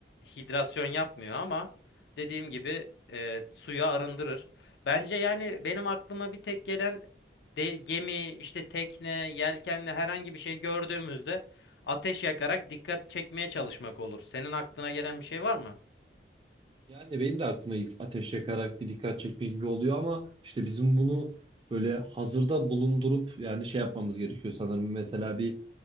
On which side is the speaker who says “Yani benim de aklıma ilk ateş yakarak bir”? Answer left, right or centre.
Right